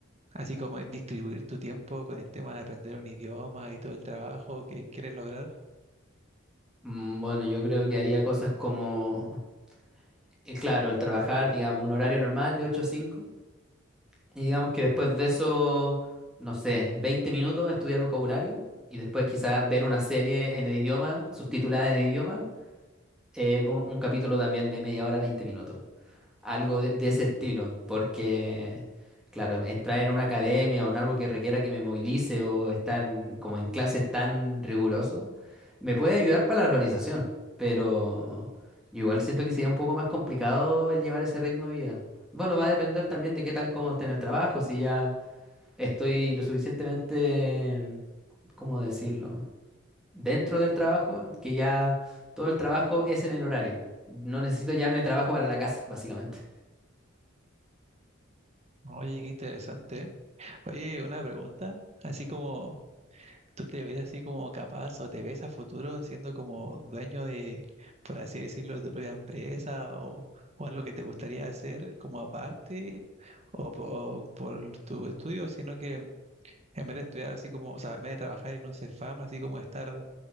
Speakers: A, on the right; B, in the centre.
A: así como distribuir tu tiempo con el tema de aprender un idioma y todo el trabajo que quieres lograr?
B: Mm, Bueno, yo creo que haría cosas como eh, claro, el trabajar, digamos, un horario normal de 8 a 5, y digamos que después de eso, no sé, 20 minutos a estudiar vocabulario, y después quizás ver una serie en el idioma, subtitulada en el idioma, eh, un, un capítulo también de media hora, 20 minutos algo de, de ese estilo, porque, claro, entrar en una academia o en algo que requiera que me movilice o estar como en clases tan riguroso, me puede ayudar para la organización, pero yo igual siento que sería un poco más complicado el llevar ese ritmo de vida. Bueno, va a depender también de qué tan cómodo esté en el trabajo, si ya estoy lo suficientemente, ¿cómo decirlo? Dentro del trabajo, que ya todo el trabajo es en el horario. No necesito llevarme de trabajo para la casa, básicamente.
A: Oye, qué interesante. ¿eh? Oye, una pregunta, así como... ¿Tú te ves así como capaz o te ves a futuro siendo como dueño de, por así decirlo, de tu propia empresa o, o algo que te gustaría hacer como aparte o, po- por tu estudio, sino que en vez de estudiar así como, o sea, en vez de trabajar en un Cefam, así como estar